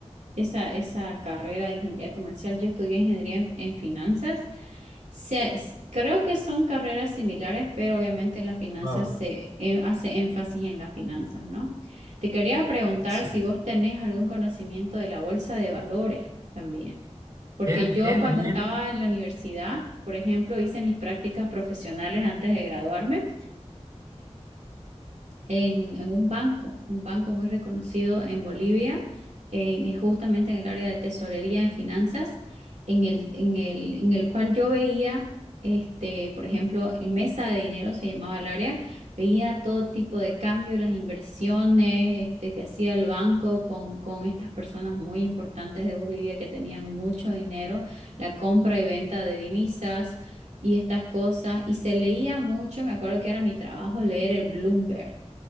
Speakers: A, on the right; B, on the right.
A: esa, esa carrera de ingeniería comercial. Yo estudié ingeniería en, en finanzas. Se- es- creo que son carreras similares, pero obviamente la finanzas
B: Wow.
A: se eh, hace énfasis en las finanzas, ¿no? Te quería preguntar
B: Sí.
A: si vos tenés algún conocimiento de la bolsa de valores también, porque
B: Es,
A: yo
B: es
A: cuando
B: bien
A: estaba en la universidad, por ejemplo, hice mis prácticas profesionales antes de graduarme en, en un banco, un banco muy reconocido en Bolivia, eh, que justamente en el área de tesorería en finanzas, en el, en el, en el cual yo veía, este, por ejemplo, el mesa de dinero se llamaba el área, veía todo tipo de cambios, las inversiones, este, que hacía el banco con, con estas personas muy importantes de Bolivia que tenían mucho dinero, la compra y venta de divisas. y estas cosas, y se leía mucho, me acuerdo que era mi trabajo leer el Bloomberg,